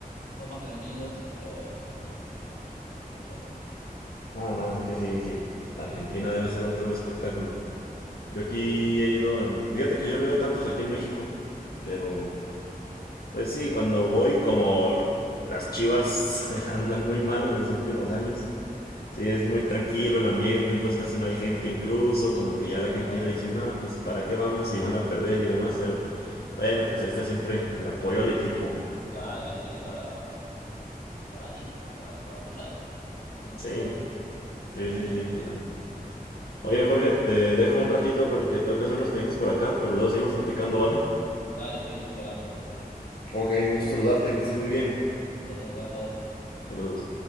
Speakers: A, on the left; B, on the left.
A: Son más tranquilos, pero son muchos, son muchos. Y les gusta mucho.
B: No, no, es que sí, sí. La Argentina debe ser otro espectáculo. Yo aquí he ido en... Fíjate que yo no he ido tantos aquí en México, pero pues sí, cuando voy como las chivas <laughs> andan muy mal en los últimos años. Sí, es muy tranquilo el ambiente, entonces casi no hay gente, incluso como que ya la gente
A: Ah,
B: ya dice, no, pues para qué vamos y van a perder y demás, pero bueno, pues ahí está siempre el apoyo al equipo.
A: claro, hay que ir para, para ir, para, para apoyar. No, no
B: Sí,
A: queda otra.
B: Sí,
A: En las
B: sí,
A: buenas
B: sí,
A: y en las
B: claro.
A: malas.
B: Oye, Jorge, te dejo un
A: Sí.
B: ratito porque tengo que hacer unos pendientes por acá, pero luego seguimos platicando, ¿vale?
A: Dale, sí, después hablamos entonces.
B: Ok, mucho saludarte, que estés muy bien.
A: Saludos, Carlos.
B: Saludos.